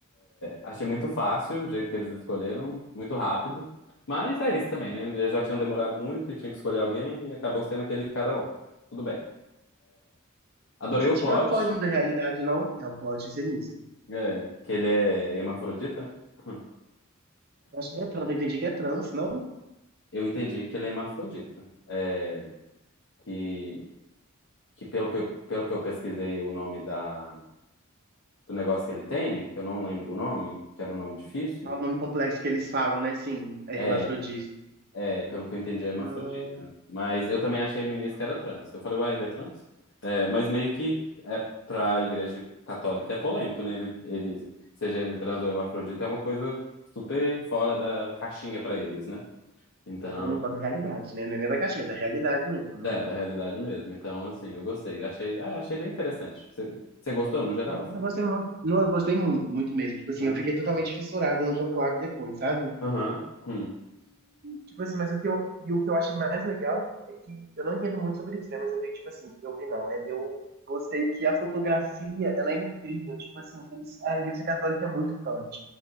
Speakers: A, on the left; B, on the right.
A: Achei muito fácil o jeito que eles escolheram, muito rápido. Mas é isso também, né? Eles já tinham demorado muito e tinham que escolher alguém e acabou sendo aquele cara lá. Tudo bem. Adorei
B: Mas isso
A: o plot,
B: não é foge da realidade, não. É o plot ser nisso.
A: é, que ele é hermafrodita, né? <laughs>
B: Acho que é trans, eu entendi que é trans, não?
A: Eu entendi que ele é hermafrodita. É, que que pelo, pe- pelo que eu pesquisei o nome da, do negócio que ele tem, que eu não lembro o nome, que era um nome difícil,
B: Ah, o nome complexo que eles falam, né? Sim, é
A: é,
B: hermafrodita.
A: é pelo que eu entendi, é hermafrodita.
B: Ah,
A: Mas eu também achei no início que era trans. Eu falei, uai, ele é trans? É, mas meio que é para a Igreja Católica é polêmico, né? Ele, ele, seja ele trans ou hermafrodita, é uma coisa super fora da caixinha para eles, né? Então,
B: tô falando da realidade, né? Não é nem da caixinha, é da realidade mesmo, né?
A: é, da realidade mesmo. Então, assim, eu gostei. Achei, ah, achei bem interessante. Você você gostou no geral,
B: É, Eu
A: assim?
B: gostei muito. Não, eu gostei muito, muito mesmo. Tipo assim,
A: É.
B: eu fiquei totalmente fissurada no conclave depois, sabe?
A: Aham. Hum.
B: Tipo assim, mas o que eu, e o que eu achei mais legal é que eu não entendo muito sobre isso, né? Mas eu vi que, tipo assim, eu vi não, né? Eu gostei que a fotografia, ela é incrível. Tipo assim, eles, a Igreja Católica é muito Kant.